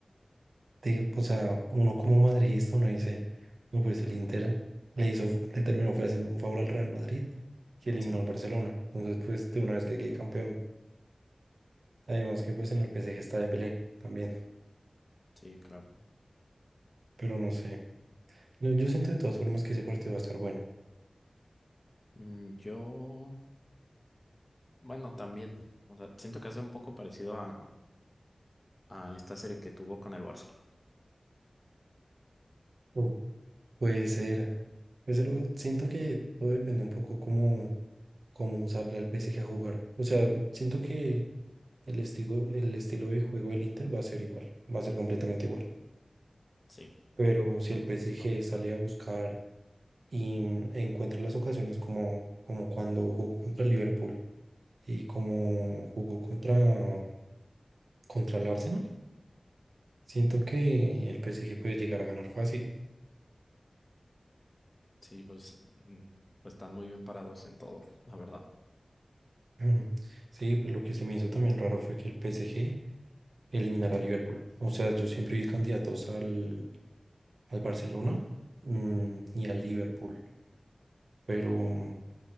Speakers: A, on the right; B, on the left.
A: de- o sea, uno como madridista, uno dice, no, pues el Inter le hizo, le terminó, fue haciendo un favor al Real Madrid que eliminó
B: sí,
A: al Barcelona. Entonces, pues de una vez que quede campeón. Además que pues en el PSG está Dembélé también,
B: sí, claro.
A: pero no sé. No, yo siento de todas formas que ese partido va a estar bueno.
B: Mm, Yo. Bueno, también. O sea, siento que hace un poco parecido a, a esta serie que tuvo con el Barça.
A: Mm. Puede ser, puede ser, o- siento que todo depende un poco como cómo salga el PSG a jugar. O sea, siento que el estilo, el estilo de juego del Inter va a ser igual, va a ser completamente igual.
B: Sí,
A: Pero si el PSG
B: justo.
A: sale a buscar y encuentra las ocasiones como, como cuando jugó contra el Liverpool y como jugó contra, contra el Arsenal, siento que el PSG puede llegar a ganar fácil.
B: Sí, pues, mm, pues están muy bien parados en todo, la verdad.
A: Ujú. Sí, pues lo que se me hizo también raro fue que el PSG eliminara a Liverpool. O sea, yo siempre vi candidatos al, al Barcelona mm, y al Liverpool. Pero, o